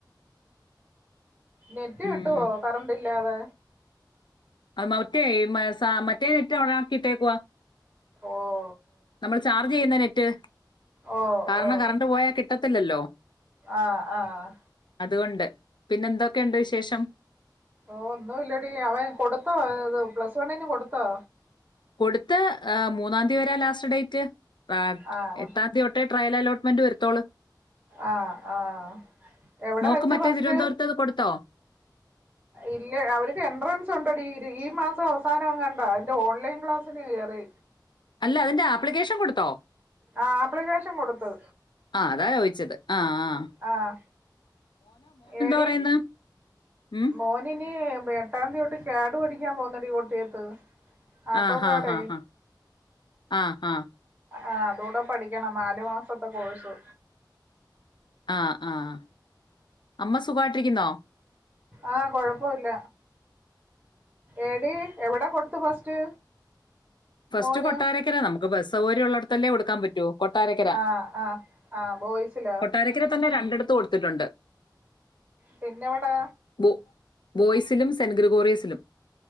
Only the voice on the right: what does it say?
നെറ്റ്
കിട്ടോ കറണ്ട്ല്ലാതെ
ഓഹ്
ഓ
ഓ
ആഹ് ആഹ്
ഓഹ് ഒന്നൂല്ലടി അവൻ കൊടുത്തോ ത് പ്ലസ് വണ്ണിന് കൊടുത്തോ
ആഹ്
ആഹ് ആഹ് എവിടെ
വെച്ച്
ഫസ്റ്റ്
ഇല്ല അവർക്ക് എൻട്രൻസ് ഉണ്ടടി ഈ മാസം അവസാനഎങ്ങാണ്ടാ അതിന്റെ ഓൺലൈൻ ക്ലാസ്സിന് കേറി
ആഹ് ആപ്ലിക്കേഷൻ കൊടുത്തു
ആഹ് ഏടി
മോനിനി എ ട്ടാംതി തൊട്ട് കാഡ് പഠിക്കാൻ പോകുന്നടി കോട്ടയത്ത് ആട്ടോക്കാടെ
ആഹ് അതൂടെ പഠിക്കണം നാലു മാസത്തെ കോഴ്സ്
ആഹ് കൊഴപ്പോല്ല ഏടീ എവിട കൊടുത്ത് ഫസ്റ്റ്
മോന്
ആഹ് ആഹ് ആഹ് ബോയ്സിലാ
പിന്നെവടാ